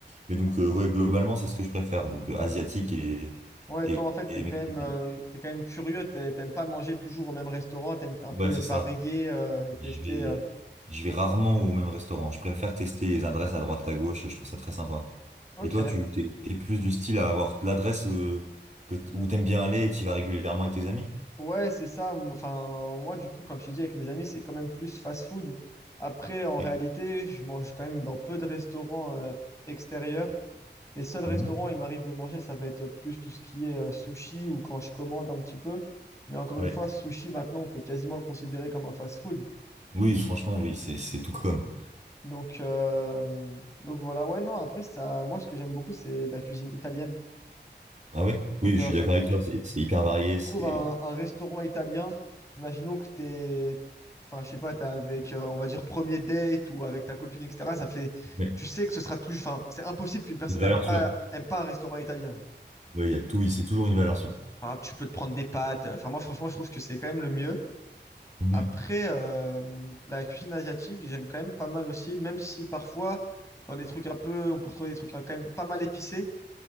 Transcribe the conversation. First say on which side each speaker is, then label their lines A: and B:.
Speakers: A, on the right; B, on the left.
A: Mais donc, euh, ouais, globalement, c'est ce que je préfère. Donc, euh, asiatique et,
B: Ouais,
A: et,
B: toi, en fait,
A: et
B: t'es quand
A: mexicain.
B: même, euh, t'es quand même curieux, t'es- t'aimes pas manger toujours au même restaurant, t'aimes un
A: Ouais,
B: peu
A: c'est
B: varier
A: ça.
B: euh, et tester.
A: Je vais,
B: euh.
A: je vais rarement au même restaurant. Je préfère tester les adresses à droite à gauche. Je trouve ça très sympa.
B: Ok,
A: Et toi, tu t'es, t'es plus du style à avoir l'adresse euh, que, où t'aimes bien aller et tu vas régulièrement avec tes amis?
B: ouais, c'est ça. m- Enfin, moi, du coup, comme je te dis, avec mes amis, c'est quand même plus fast-food. Après, en
A: Oui.
B: réalité, je mange quand même dans peu de restaurants euh, extérieurs. Les seuls restaurants
A: Mhm.
B: où il m'arrive de manger, ça va être plus tout ce qui est euh, sushi ou quand je commande un petit peu. Mais encore
A: Ouais.
B: une fois, sushi, maintenant, on peut quasiment le considérer comme un fast-food.
A: Oui, franchement, oui, c'est, c'est tout comme.
B: Donc, euh, donc voilà, ouais, non, après, ça, moi, ce que j'aime beaucoup, c'est la cuisine italienne.
A: Ah ouais?
B: Donc,
A: Oui,
B: euh,
A: je suis d'accord avec toi. C'est c'est hyper varié. C'est
B: trouve un, un restaurant italien. Imaginons que t'es, enfin, je sais pas, t'es avec, euh, on va dire, premier date ou avec ta copine, etc. Ça fait,
A: Ouais.
B: tu sais que ce sera toujours, enfin, c'est impossible qu'une personne
A: une valeur
B: n'aime pas,
A: sûre.
B: aime pas un restaurant italien. genre.
A: Oui, il y a tout. C'est toujours une valeur sûre.
B: Enfin, tu peux te prendre des pâtes. Enfin, moi, franchement, je trouve que c'est quand même le mieux.
A: Mhm.
B: Après, euh, la cuisine asiatique, j'aime quand même pas mal aussi, même si parfois, dans les trucs un peu, on peut retrouver des trucs hein, quand même pas mal épicés.